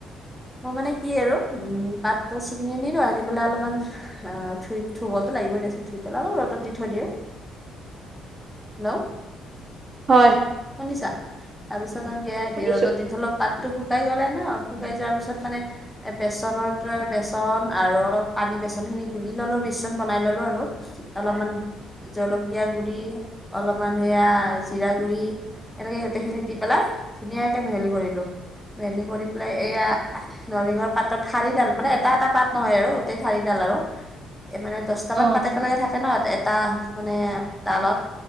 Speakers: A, in the centre; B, on the right.
A: মই মানে কি আৰু উম পাতটো ছিঙি আনিলো আনি পেলাই অলপমান অ ধুই ধুবতো লাগিব দে চোন ধুই পেলাই ৰ'দত দি থৈ দিও হেল্ল'
B: হয়
A: শুনিছা তাৰপিছত আৰু সেইয়া
B: শুনিছো
A: ৰ'দত দি থলো পাতটো শুকাই গ'লে ন শুকাই যোৱাৰ পিছত মানে এ বেচনত বেচন আৰু অলপ পানী বেচন খিনি গুলি ললো মিশ্ৰণ বনাই ললো আৰু অলপমান জলকীয়া গুৰি অলপমান সেয়া জিৰা গুৰি এনেকে গোটেইখিনি দি পেলাই ধুনীয়াকে মিহলি কৰিলো মিহেলি কৰি পেলাই এয়া নৰসিংহৰ পাতত ঠাৰিডাল মানে এটা এটা পাত নহয় আৰু গোটেই ঠাৰিডাল আৰু এই মানে দুটা
B: অ
A: মান পাত একেলগে থাকে ন তাত এটা মানে ডালত